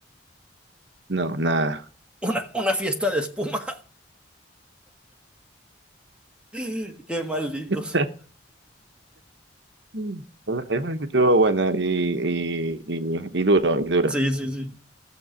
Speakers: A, on the right (about 65°); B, in the centre.
A: No, nada.
B: Una, una fiesta de espuma. <laughs> Qué malditos.
A: <laughs> Mm. Eso estuvo bueno y, y, y, y duro, y duro.
B: Sí, sí, sí.